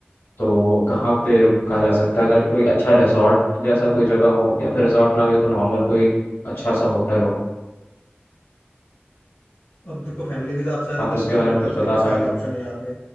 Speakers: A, on the left; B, on the left.
A: तो कहाँ पे रुका जा सकता है अगर कोई अच्छा रिजॉर्ट जैसा कोई जगह हो या फिर रिजॉर्ट ना भी हो तो नॉर्मल कोई अच्छा सा होटल हो
B: अब देखो फैमिली के हिसाब से आ रहे
A: आप
B: हो तो अच्छा
A: उसके बारे
B: होटल
A: में कुछ
B: से
A: बता
B: लेके सारे
A: पाएंगे
B: ऑप्शन है यहाँ पे